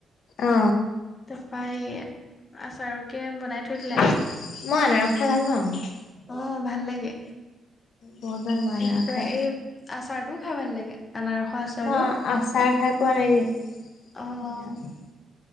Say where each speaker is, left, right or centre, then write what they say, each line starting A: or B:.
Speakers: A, on the left (about 60°); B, on the left (about 20°).
A: অ
B: তাৰ পৰা এ আচাৰ কে বনাই থৈ দিলে
A: মই
B: আৰু
A: আনাৰস খায় ভাল পাওঁ।
B: অ ভাল লাগে,
A: বহুত ভাল পাওঁ আনাৰস
B: কি কয়
A: খাই
B: এই আচাৰটোও খাই ভাল লাগে আনাৰসৰ আচাৰটো
A: ন আচাৰ খাই পোৱা নাই দ
B: অ